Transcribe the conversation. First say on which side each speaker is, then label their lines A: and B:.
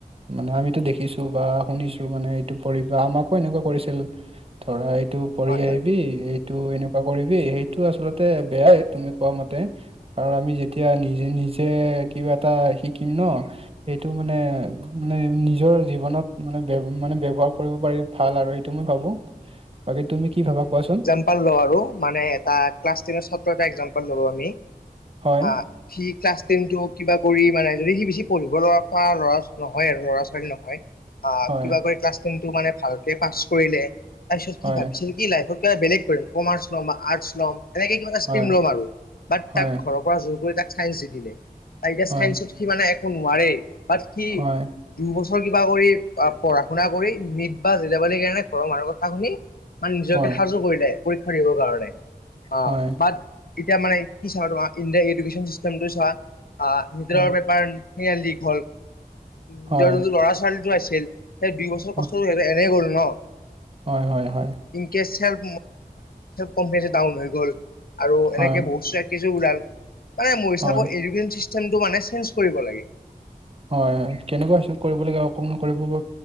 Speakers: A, on the right; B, on the left.
A: মানে আমিতো দেখিছো বা শুনিছো মানে এইটো পৰি বা আমাকো এনেকুৱা কৰিছিল। ধৰা এইটো পঢ়ি
B: হয় হয়
A: আহিবি এইট টো এনেকুৱা কৰিবি সেইটো আচলতে বেয়াই তুমি কোৱা মতে আৰু আমি যেত- যি নিজে কিবা এটা শিকিম ন সেইটো মানে মানে নিজৰ জীৱনত মানে বে মানে ব্যৱহাৰ কৰিব পাৰিব- ভাল আৰু সেইটো মই ভাবো, বাকী তুমি কি ভাবা কোৱাচোন?
B: হ'ল ধ আৰু মানে এটা ক্লাছ টেনত এটা এক্সামপল ললোঁ আমি,
A: হয়
B: হা সি ক্লাছ টেনটো কিবা কৰি মানে, যদি সি বেছি পঢ়িব পৰা ল'ৰা নহয় আৰু ল'ৰা ছোৱালী নহয়। অ
A: হয়
B: কিবা কৰি ক্লাছ টেনটো মানে ভালকে পাছ কৰিলে তাৰপিছত
A: হয়
B: সি ভাবিছিল সি লাইফত কিবা বেলেগ কৰিম। কমাৰ্চ ল'ম বা আৰ্ছ ল'ম এনেকে কিবা এটা ষ্ট্ৰীম
A: হয়
B: ল'ম আৰু। বাট তাক
A: হয়
B: ঘৰ ৰ‌ পৰা জোৰ কৰি তাক চাইন্স দি দিলে, তাৰ এতিয়া
A: হয়
B: চাইন্সত সি মানে একো নোৱাৰে। বাট সি
A: হয়
B: দুবছৰ কিবা কৰি পঢ়া শুনা কৰি নিট বা জিলাভাৰি কাৰণে ঘৰৰ মানুহৰ কথা শুনি মানে নিজকে
A: হয়
B: সাজু কৰিলে পৰীক্ষা দিবৰ কাৰণে অহ,
A: হয়
B: বাট এতিয়া মানে কি চোৱা তোমাৰ ইণ্ডিয়াৰ এডুকেশ্যন চিষ্টেমটো চোৱা অহ নিটৰ
A: হয়,
B: পেপাৰ সেয়া লীক হ'ল। নিটৰ
A: হয়,
B: ল'ৰা ছোৱালীটো আছিল সেই দুই বছৰ কষ্ট
A: অ
B: কৰি এনে গ'ল ন।
A: হয় হয় হয়।
B: ইনকে চেল্ফ কনফিডেন্স ডাউন হৈ গ'ল আৰু
A: হয়,
B: এনেকে বহু চে ওলাল মানে মানে মোৰ হিচাপত
A: হয়,
B: এডুকেশ্বন চিষ্টেমটো মানে চেঞ্জ কৰিব লাগে।
A: হয় হয় কেনেকুৱা চেঞ্জ কৰিব লগীয়া অকণমান কৰিব